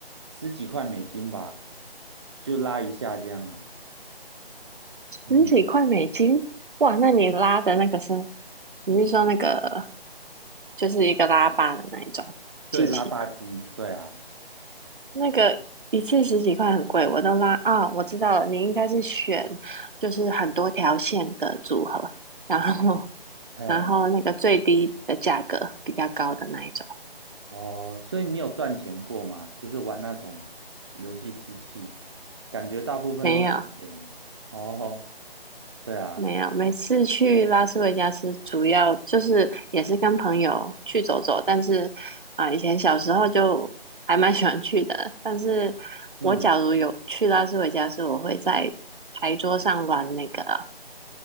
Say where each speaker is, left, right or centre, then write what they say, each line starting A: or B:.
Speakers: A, on the right (about 25°); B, on the right (about 55°).
A: 十几块美金吧，就拉一下这样啊。
B: 十几块美金，
A: 嗯，
B: 哇，那你拉的那个是，你是说那个就是一个拉霸的那一种机器吗？
A: 对，拉霸机，对啊，
B: 那个一次十几块很贵，我都拉啊，我知道了，你应该是选就是很多条线的组合，然后
A: 嘿，
B: 然后那个最低的价格比较高的那一种，
A: 哦，所以你有赚钱过吗？就是玩那种游戏机器，感觉大部分都亏钱。
B: 没有，
A: 哦，对啊，
B: 没有，每次去拉斯维加斯主要就是也是跟朋友去走走，但是啊、以前小时候就还蛮喜欢去的。但是我假如有去拉斯维加斯，
A: 嗯，
B: 我会在牌桌上玩那个